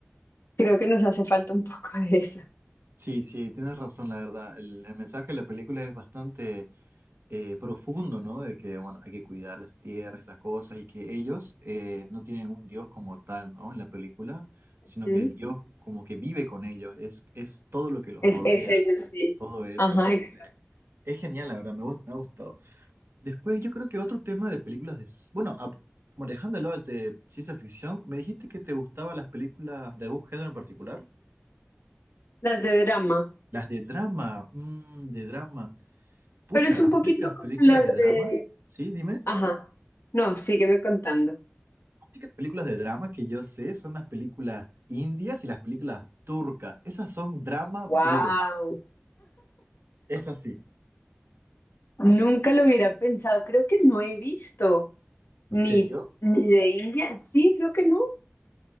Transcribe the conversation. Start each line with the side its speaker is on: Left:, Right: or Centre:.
Left: creo que nos hace falta un poco de eso.
Right: sí, sí, tienes razón, la verdad. El, el mensaje de la película es bastante eh, profundo, ¿no? De que, bueno, hay que cuidar las tierras, esas cosas, y que ellos eh, no tienen un dios como tal, ¿no? En la película, sino
Left: ¿Mm?
Right: que el dios como que vive con ellos, es, es todo lo que los
Left: Es,
Right: rodea,
Left: es ellos, sí.
Right: todo eso.
Left: Ajá,
Right: Entonces,
Left: exacto.
Right: es genial, la verdad, me, gust- me ha gustado. Después yo creo que otro tema de películas de... s- Bueno, a- bueno, dejándolo de ciencia ficción, me dijiste que te gustaban las películas de algún género en particular.
Left: Las de drama.
Right: Las de drama, mm, de drama. Pucha,
Left: Pero es
Right: las
Left: un poquito
Right: únicas
Left: como
Right: películas
Left: las
Right: de drama,
Left: de...
Right: sí, dime. Las
Left: Ajá. No, sígueme contando.
Right: únicas películas de drama que yo sé son las películas indias y las películas turcas. Esas son drama
Left: Wow.
Right: puro. Es así.
Left: Nunca lo hubiera pensado. Creo que no he visto
Right: ¿En
Left: ni,
Right: serio?
Left: ni de India. Sí, creo que no.